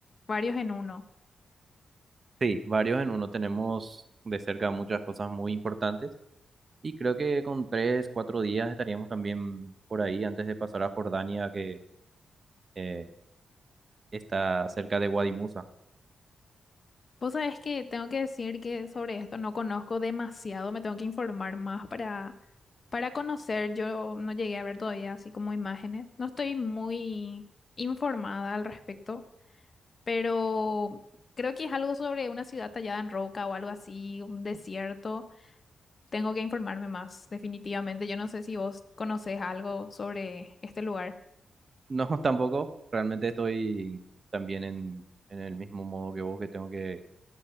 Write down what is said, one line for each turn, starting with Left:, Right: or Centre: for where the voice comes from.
Left: varios en uno.
Right: Sí, varios en uno tenemos de cerca muchas cosas muy importantes y creo que con tres, cuatro días estaríamos también por ahí antes de pasar a Jordania, que eh, está cerca de Wadi Musa.
Left: Vos sabés que tengo que decir que sobre esto no conozco demasiado, me tengo que informar más para, para conocer. Yo no llegué a ver todavía así como imágenes, no estoy muy informada al respecto. pero creo que es algo sobre una ciudad tallada en roca o algo así, un desierto. Tengo que informarme más, definitivamente. Yo no sé si vos conocés algo sobre este lugar.
Right: No, <laughs> tampoco, realmente estoy también en, en el mismo modo que vos, que tengo que